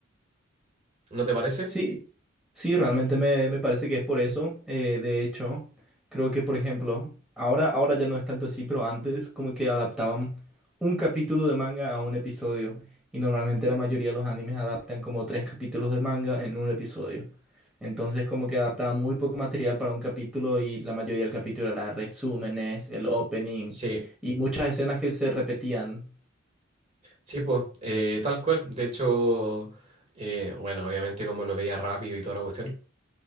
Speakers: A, on the right; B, in the centre.
A: ¿No te parece?
B: Sí, sí, realmente me, me parece que es por eso. Eh, de hecho, creo que, por ejemplo, ahora, ahora ya no es tanto así, pero antes como que adaptaban un capítulo de manga a un episodio. Y normalmente la mayoría de los animes adaptan como tres capítulos de manga en un episodio. Entonces como que adaptaban muy poco material para un capítulo y la mayoría del capítulo era resúmenes, el opening
A: Sí.
B: y muchas escenas que se repetían.
A: Sí, pues, eh, tal cual. De hecho, eh, bueno, obviamente como lo veía rápido y toda la cuestión,